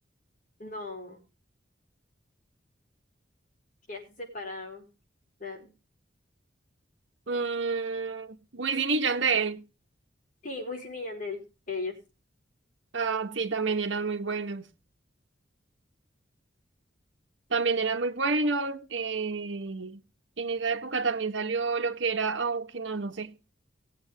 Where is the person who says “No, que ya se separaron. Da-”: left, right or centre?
Left